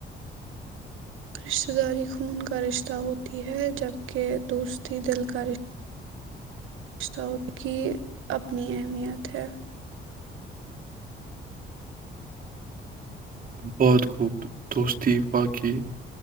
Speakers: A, on the right; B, on the right.
A: رشتہ داری خون کا رشتہ ہوتی ہے جبکہ دوستی دل کا رشہ <unintelligible> گشتوں کی اپنی اہمیت ہے <unintelligible>
B: بعہت خوب دوستی واقع